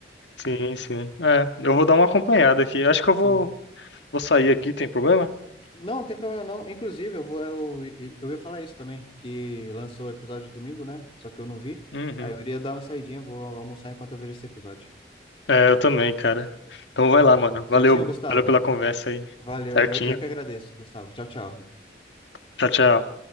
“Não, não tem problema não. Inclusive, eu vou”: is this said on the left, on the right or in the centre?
Left